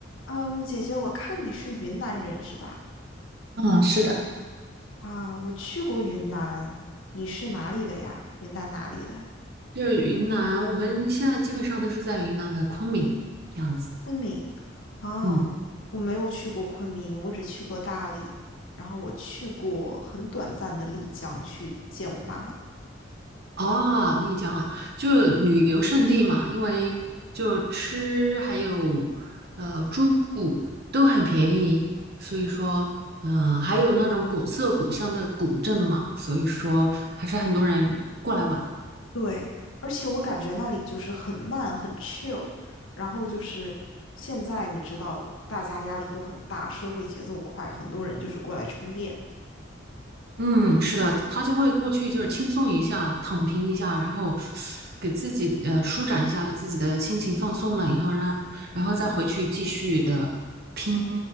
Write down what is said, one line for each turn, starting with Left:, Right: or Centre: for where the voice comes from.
Left: 嗯，姐姐，我看你是云南人是吧？
Right: 嗯，是的，
Left: 啊，我去过云南，你是哪里的呀？云南哪里的？
Right: 就是云南，我们现在基本上都是在云南的昆明这样子。
Left: 昆明。哦，
Right: 嗯
Left: 我没有去过昆明，我只去过大理，然后我去过很短暂的丽江去见我妈妈。
Right: 哦，丽江啊，就旅游胜地嘛，因为就吃还有呃住都很便宜，所以说嗯、呃还有那种古色古香的古镇嘛，
Left: 嗯，
Right: 所以说还是很多人过来玩。
Left: 对，而且我感觉那里就是很慢，很 chill，然后就是现在你知道，大家压力都很大，社会节奏快，很多人就是过来充电，
Right: 嗯，是的，他就会过去就是轻松一下，躺平一下，然后给自己呃舒展一下自己的心情，放松了以后，让然后再回去继续的拼